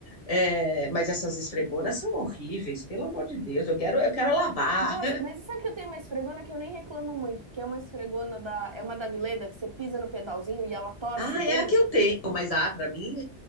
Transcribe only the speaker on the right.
Nossa, mas sabe que eu tenho uma esfregona que eu nem reclamo muito, porque é uma esfregona da, é uma da Vileda que você pisa no pedalzinho e ela torce
bem?